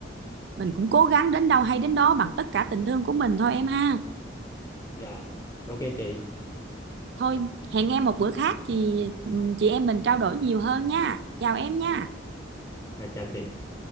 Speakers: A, on the right; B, on the left.
A: mình cũng cố gắng đến đâu hay đến đó bằng tất cả tình thương của mình thôi em ha
B: Dạ. Ok chị.
A: thôi hẹn em một bữa khác chị chị em mình trao đổi nhiều hơn nha chào em nha
B: Rồi, chào chị.